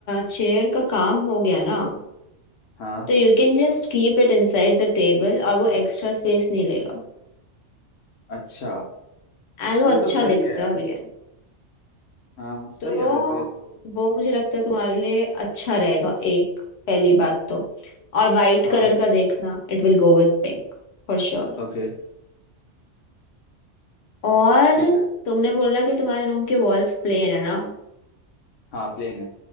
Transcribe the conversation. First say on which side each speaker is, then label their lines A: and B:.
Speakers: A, on the left; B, on the left.
A: चेयर का काम हो गया ना
B: हाँ
A: तो you can just keep it inside the table और वो एक्स्ट्रा स्पेस नहीं लेगा
B: अच्छा
A: एंड वो
B: फिर
A: अच्छा
B: तो सही
A: दिखता
B: है यार
A: भी
B: ये तो
A: है
B: हाँ सही
A: तो
B: है फिर तो ये तो
A: वो मुझे लगता है तुम्हारे लिए अच्छा रहेगा एक पहली बात तो और वाइट
B: हाँ
A: कलर का देखना it will go with pink for sure
B: ओके
A: और
B: ठीक है
A: तुमने बोला कि तुम्हारे रूम के वॉल्स प्लेन है ना
B: हाँ प्लेन है